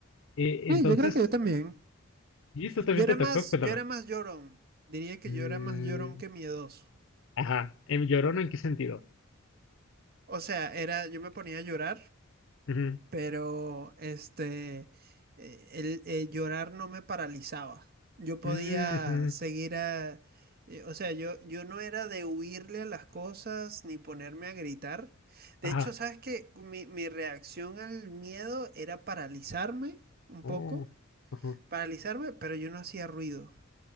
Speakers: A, on the left; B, on the right.
A: Eh,
B: Sí,
A: entonces,
B: yo creo que yo también.
A: ¿y tú también
B: Yo era
A: te tocó?
B: más,
A: Cuéntame.
B: yo era más llorón. Diría que
A: Mm,
B: yo era más llorón que miedoso.
A: ajá. ¿En llorón en qué sentido?
B: O sea, era, yo me ponía a llorar,
A: Ujú.
B: pero este, eh, el eh, llorar no me paralizaba. Yo podía
A: Mm, ujú.
B: seguir a, eh, o sea, yo, yo no era de huirle a las cosas ni ponerme a gritar. De
A: Ajá.
B: hecho, sabes que mi, mi reacción al miedo era paralizarme un
A: Oh.
B: poco,
A: ajá.
B: paralizarme, pero yo no hacía ruido.